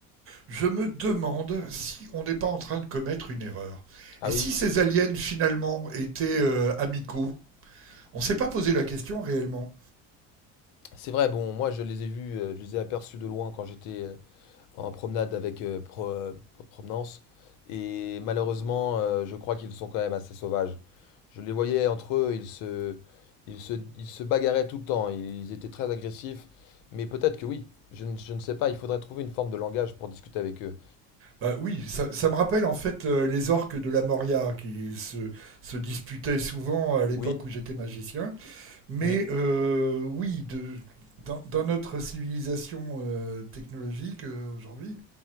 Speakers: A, on the right; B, on the left.
A: Je me demande si on n'est pas en train de commettre une erreur.
B: Ah
A: Et
B: oui,
A: si ces aliens finalement étaient euh, amicaux On s'est pas posé la question réellement.
B: c'est vrai, bon, moi je les ai vus, euh, je les ai aperçus de loin quand j'étais euh, en promenade avec euh, pro- euh, pro- provenance. Et malheureusement, euh, je crois qu'ils sont quand même assez sauvages. Je les voyais entre eux, ils se, ils se, ils se bagarraient tout le temps, ils étaient très agressifs. Mais peut-être que oui, je ne, je ne sais pas, il faudrait trouver une forme de langage pour discuter avec eux.
A: Bah oui, ça, ça me rappelle en fait euh, les orques de la Moria qui se, se disputaient souvent à l'époque
B: Oui,
A: où j'étais magicien. Mais
B: oui.
A: euh, oui, de, dans, dans notre civilisation euh, technologique euh, aujourd'hui,